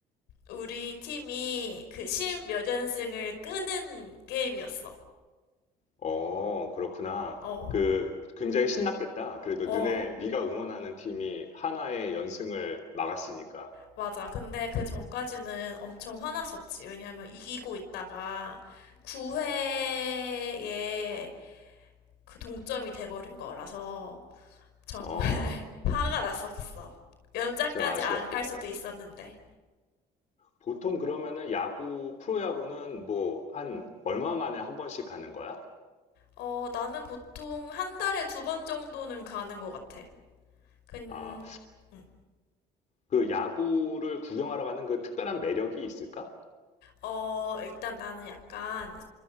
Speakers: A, on the left; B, on the left.
A: 우리 팀이 그 십몇 연승을 끄는 게임이었어.
B: 어, 그렇구나.
A: 어,
B: 그 굉장히 신났겠다. 그래도
A: 어,
B: 너네 네가 응원하는 팀이 한화의 연승을 막았으니까.
A: 맞아. 근데 그 전까지는 엄청 화났었지. 왜냐면 이기고 있다가 9회에 그 동점이 돼버린 거라서 정말
B: 어,
A: <laughs> 화가 났었어. 연장까지
B: 좀 아쉬웠겠다.
A: 안 갈 수도 있었는데.
B: 보통 그러면은 야구, 프로야구는 뭐 한 얼마 만에 한 번씩 가는 거야?
A: 어, 나는 보통 한 달에 두 번 정도는 가는 것 같아. 근,
B: 아,
A: 음.
B: 그 야구를 구경하러 가는 그 특별한 매력이 있을까?
A: 어, 일단 나는 약간